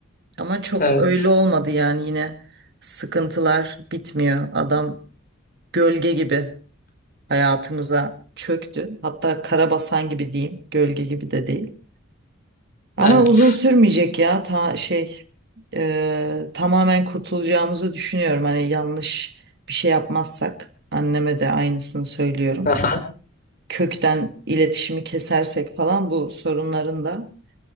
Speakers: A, on the right; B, on the left.
A: Ama çok
B: Evet,
A: öyle olmadı yani yine sıkıntılar bitmiyor. Adam gölge gibi hayatımıza çöktü. Hatta karabasan gibi diyeyim. Gölge gibi de değil. Ama
B: evet.
A: uzun sürmeyecek ya ta şey e, tamamen kurtulacağımızı düşünüyorum. Hani yanlış bir şey yapmazsak anneme de aynısını söylüyorum.
B: Aha.
A: Kökten iletişimi kesersek falan bu sorunların da